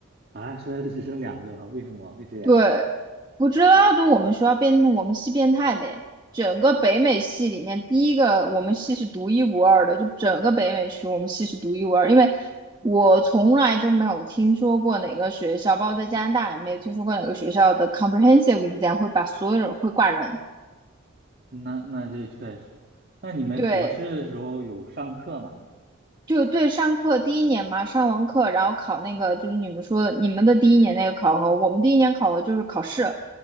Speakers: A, on the right; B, on the right.
A: 啊，说的只剩两个，为什么会这样？
B: 对，不知道就我们学校变，我们系变态呗。整个北美系里面，第一个我们系是独一无二的，就整个北美区我们系是独一无二。因为我从来就没有听说过哪个学校，包括在加拿大也没有听说过哪个学校的 comprehensive exam 会把所有人会挂人。
A: 那那这确实，那你们博士的时候有上课吗？
B: 对，就对，上课第一年嘛，上完课然后考那个，就是你们说的你们的第一年那个考核，我们第一年考核就是考试，